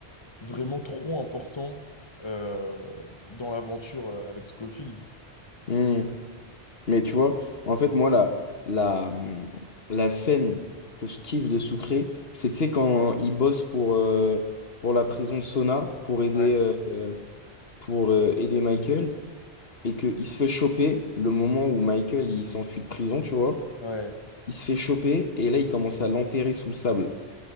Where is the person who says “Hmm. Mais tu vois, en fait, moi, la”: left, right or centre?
Left